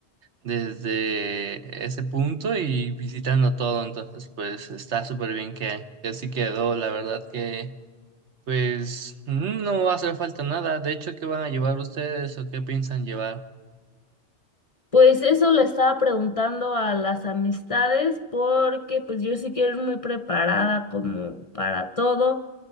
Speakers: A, on the right (about 80°); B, on the left (about 40°).
A: desde ese punto y visitando todo, entonces pues está súper bien que, que así quedó, la verdad que pues mm, no va a hacer falta nada, de hecho, ¿qué van a llevar ustedes o qué piensan llevar?
B: Pues eso le estaba preguntando a las amistades porque pues yo sí que era muy preparada como para todo